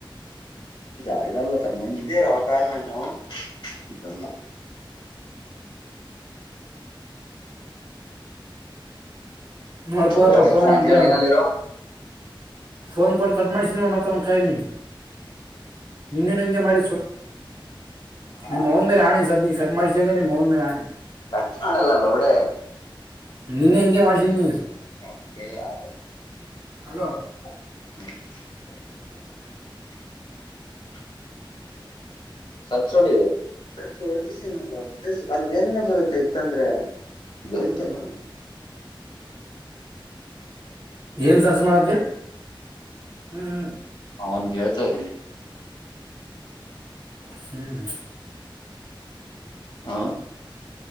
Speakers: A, on the left (about 65°); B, on the right (about 55°).
A: ಇದಾ ಇದಲ್ಲ ತನ್ ಮ ಇದೇರ ಆ ಕಾರಣನು ಇದಲ್ಲ
B: ನೋಡ್ಪಪ್ಪ
A: ಎವ ನಿಮಷ
B: ಫೋನ್ ಅವನ್ಗೆ
A: ಹಲ್ಲಿರೋ
B: ಫೋನ್ ಕೊಡ್ ಕಟ್ ಮಾಡ್ಸ ಮತ್ತ ಅವನ ಕೈಲಿ ನಿನ್ನೆನೂ ಹಿಂಗೆ ಮಾಡ
A: ಹಾ
B: ನಿಮ್ಮ ಅವ್ವನ ಮೇಲೆ ಆಣೆ ಇಸದ್ ಕಟ್ ಮಾಡ್ಸಿದಂದ್ರೆ ನಿಮ್ಮವ್ವನ ಮೇಲೆ ಆನೆ
A: ಕಟ್ ಮಾಡಲ್ಲ ಲ್ಲಒಡೆ
B: ನೀನ್ನ ಹಿಂಗೆ ಮಾಡ್ತೀನಿ
A: ಹ ಯಾರ
B: ಹಲೋ
A: <unintelligible> <unintelligible> ಅಲ್ ಮೇಲ್ನೆ ಬರುತ್ತೆ ಇತ್ತಂದ್ರೆತಲ್ಲ
B: ಏನ್ ಸರ್ಚ ಮಾಡ್ದೆ ಹ್ಮ
A: ಅವನ್ಗೆ ಹೇಳ್ತಾ ಇದ್ದೀನಿ
B: ಹ್ಮ
A: ಹಾ